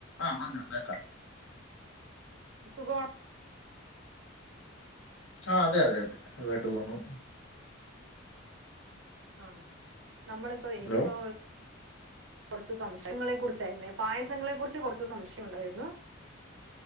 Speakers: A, on the left; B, on the right.
A: ആഹ് പറഞ്ഞോ കേക്കാം
B: സുഖവാ
A: ആഹ് അതെയതെ സുഖായിട്ട് പോവുന്നു
B: ആഹ് നമ്മളിപ്പൊ എനിക്കിപ്പോ
A: ഹലോ
B: കുറച്ച് സംശയങ്ങളെ കുറിച്ചായിരുന്നെ പായസങ്ങളെ കുറിച്ച് കുറച്ച് സംശയം ഉണ്ടായിരുന്നു